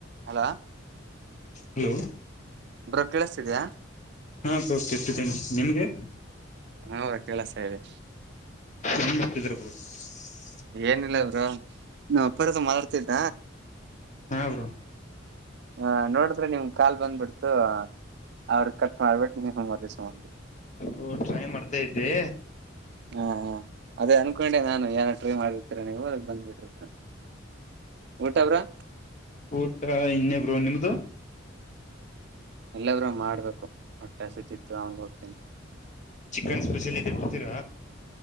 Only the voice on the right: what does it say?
ಹ <inaudible>
ಬ್ರೋ ಕೇಳಿಸತಿದ್ಯಾ
ಹೌದ ಕೆಳಸ ಇದೆ.
ಏನಿಲ್ಲವರು ನೀ ಅಪ್ಪರಸ ಮಾತಾಡ್ತಿದ್ದ.
ಹ ನೋಡಿದ್ರೆ ನಿಮ್ ಕಾಲ್ ಬಂದ್ಬಿಡ್ತು. ಅವ್ರ ಕಟ್ ಮಾಡ್ಬಿಟ್ಟು ನೀವು ಮ <inaudible>
ಹಾ ಹಾ ಅದೇ ಅನ್ಕೊಂಡೆ ನಾನು ಯಾರು ಟ್ರೈ ಮಾಡಿರ್ತೀರ ನೀವು ಅ ಬಂದ್ಬಿಟ್ಟಿತ್ತ. ಊಟ ಬ್ರೋ.
ಎಲ್ಲಬ್ರುೂ ಮಾಡ್ಬೇಕು ಹೊಟ್ಟೆ ಹಸತಿತ್ತು ಅವನ್ ಹೋಗ್ತೀನಿ.